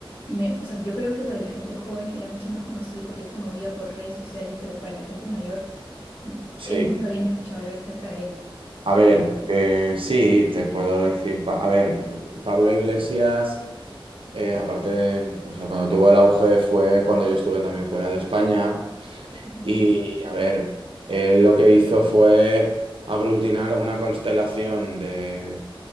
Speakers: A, on the left; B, on the right.
A: Me- o sea, yo creo que para la gente joven era mucho más conocido porque él se movía por redes sociales, pero para la gente mayor, mm,
B: Sí.
A: ellos nunca habían escuchado hablar acerca de él.
B: A
A: Eh,
B: ver, eh, sí, te puedo decir, pa- a ver, Pablo Iglesias, eh, aparte de, o sea, cuando tuvo el auge fue cuando yo estuve también fuera de España
A: ujú,
B: y, a ver, él lo que hizo fue aglutinar una constelación de